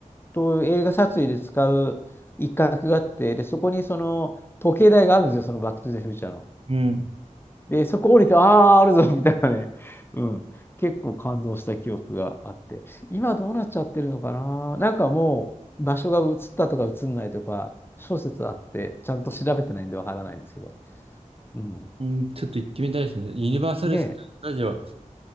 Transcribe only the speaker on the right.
うん。
うん、ちょっと行ってみたいですね。ユニバーサル・
スタジオ